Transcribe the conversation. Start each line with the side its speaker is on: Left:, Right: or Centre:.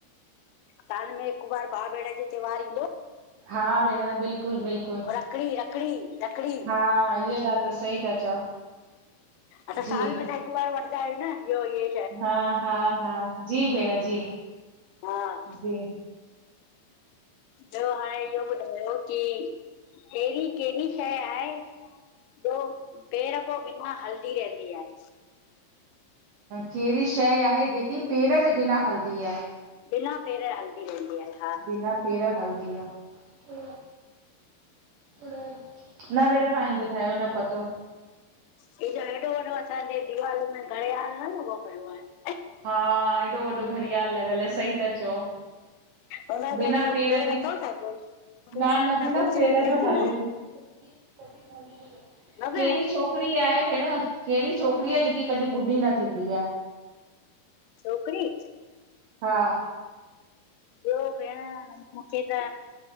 Left: साल में हिकु बार भाउ भेण जो त्योहार ईंदो
Right: हा भेण बिल्कुल बिल्कुल
Left: रखड़ी रखड़ी रखड़ी
Right: हा इहा ॻाल्हि त सही था चओ।
Left: असां
Right: जी
Left: साल में त हिकु बार वठंदा आहियूं न इहोई ये
Right: हा हा हा जी भेण जी
Left: हा
Right: जी
Left: ॿियो हाणे इहो ॿुधायो की एहिड़ी कहिड़ी शइ आहे ॿियो पेर खां बि मां हलदी रहंदी आहे?
Right: केहिड़ी शइ आहे जेकी पेर जे बिना हलदी आहे?
Left: बिना पेर जे हलदी रहंदी आहे। हा
Right: बिना पेर हलदी आ। न भेण तव्हां ही ॿुधायो न पतो।
Left: ही जो हेॾो वॾो असांजे दीवाल में घड़ियाल न लॻो पियो आहे।
Right: हा एॾो वॾो घड़ियाल लॻल आ सही ता चओ।
Left: हुन जा हथ
Right: बिना
Left: अथव
Right: पेर
Left: पैर
Right: जे
Left: अथव छा कोई? भेण
Right: न न बिना
Left: कुझु
Right: पैर जो
Left: थी
Right: हले
Left: न
Right: पई केहिरी छो
Left: न
Right: केहंणी
Left: भेण
Right: छोकरी आहे भेण, केंणी छोकिरी आहे जेकी कॾि ॿुढी न थींदी आ?
Left: छोकरी?
Right: हा
Left: ॿियो भेण, मूंखे त